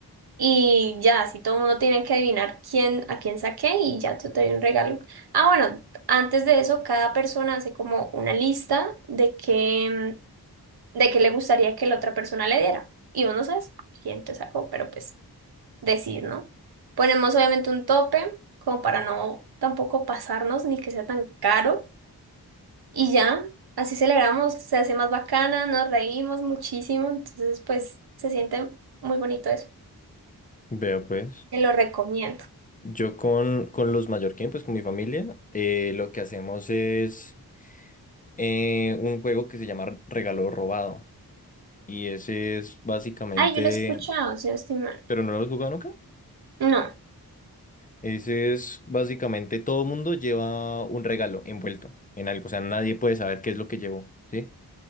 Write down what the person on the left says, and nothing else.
vea pues.
Yo con, con los mallorquín, pues con mi familia, eh, lo que hacemos es eh, un juego que se llama Regalo Robado. Y ese es básicamente...
¿Pero no lo has jugado nunca?
Ese es básicamente todo mundo lleva un regalo envuelto en algo, o sea, nadie puede saber qué es lo que llevó, ¿sí?